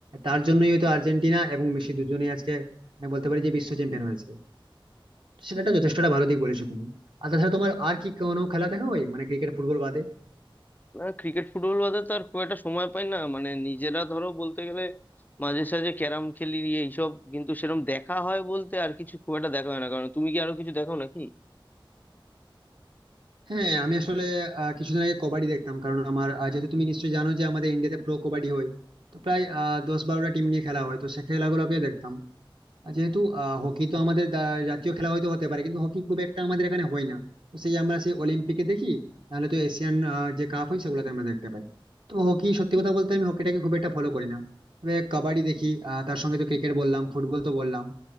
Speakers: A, on the right; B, on the left.
A: তার জন্যই হয়তো আর্জেন্টিনা এবং মেসি দুজনেই আজকে মানে বলতে পারি যে বিশ্ব চ্যাম্পিয়ন হয়েছে সেটা একটা যথেষ্টটা ভালো দিক বলেছো তুমি আর তাছাড়া তোমার আর কি কোনো খেলা দেখা হয় মানে ক্রিকেট ফুটবল বাদে
B: না ক্রিকেট ফুটবল বাদে তো আর খুব একটা সময় পাই না মানে নিজেরা ধরো বলতে গেলে মাঝে সাঝে ক্যারাম খেলি এইসব কিন্তু সেরকম দেখা হয় বলতে আর কিছু খুব একটা দেখা হয় না কারণ তুমি কি আরো কিছু দেখো নাকি
A: হ্যাঁ আমি আসলে আহ, কিছুদিন আগে কবাডি দেখতাম কারণ আমার আহ, যেহেতু তুমি নিশ্চয়ই জানো যে আমাদের ইন্ডিয়াতে প্রো কবাডি হয় তো প্রায় আহ, দশ বারোটা টিম নিয়ে খেলা হয় তো সে খেলাগুলোকে দেখতাম আর যেহেতু হকি তো আমাদের দা- জাতীয় খেলা হয়তো হতে পারে কিন্তু হকি খুব একটা আমাদের এখানে হয় না তো সেই আমরা সেই অলিম্পিকে দেখি নাহলে তো এশিয়ান যে কাপ হয় সেগুলোতে আমরা দেখতে পাই তো হকি সত্যি কথা বলতে আমি হকিটাকে খুব একটা ফলো করি না তবে কবাডি দেখি আহ, তার সঙ্গে তো ক্রিকেট বললাম ফুটবল তো বললাম